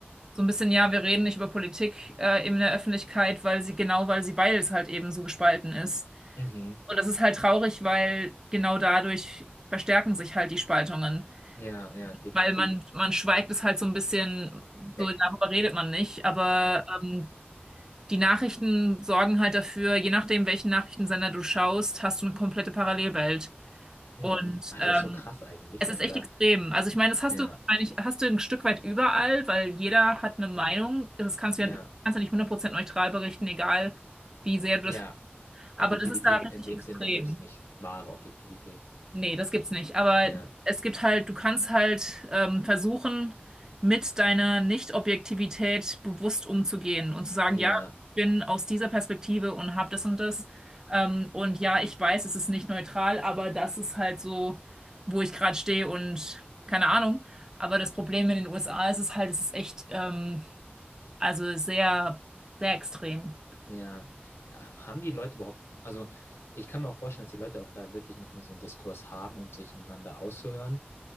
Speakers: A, on the right; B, on the left.
A: so ein bisschen, ja, wir reden nicht über Politik äh, in der Öffentlichkeit, weil sie, genau, weil sie, weil es halt eben so gespalten ist.
B: mhm,
A: Und das ist halt traurig, weil genau dadurch verstärken sich halt die Spaltungen.
B: ja, ja, definitiv
A: Weil man, man schweigt es halt so ein bisschen,
B: weg.
A: so darüber redet man nicht. Aber
B: Ja.
A: ähm, die Nachrichten sorgen halt dafür, je nachdem, welchen Nachrichtensender du schaust, hast du eine komplette Parallelwelt.
B: Mhm.
A: Und
B: Ach,
A: ähm,
B: das ist so krass eigentlich,
A: es
B: dass
A: ist echt
B: da,
A: extrem. Also ich meine, das hast
B: ja,
A: du wahrscheinlich, hast du ein Stück weit überall, weil jeder hat eine Meinung. Das kannst du
B: ja,
A: ja, du kannst ja nicht 100% neutral berichten, egal wie sehr du
B: ja,
A: das. Aber
B: Objektivität
A: das ist da richtig
B: in dem
A: extrem.
B: Sinne gibt es nicht, wahre Objektivität.
A: Nee, das gibt's nicht. Aber
B: Ja,
A: es gibt halt, du kannst halt ähm, versuchen, mit deiner Nicht-Objektivität bewusst umzugehen und zu sagen,
B: ja,
A: ja, ich bin aus dieser Perspektive und habe das und das. Ähm, und ja, ich weiß, es ist nicht neutral, aber das ist halt so, wo ich gerade stehe und keine Ahnung. Aber das Problem in den USA ist es halt, es ist echt, ähm, also sehr, sehr extrem.
B: ja. Ja, Haben die Leute überhaupt, also ich kann mir auch vorstellen, dass die Leute auch da wirklich nicht mal so einen Diskurs haben, um sich einander auszuhören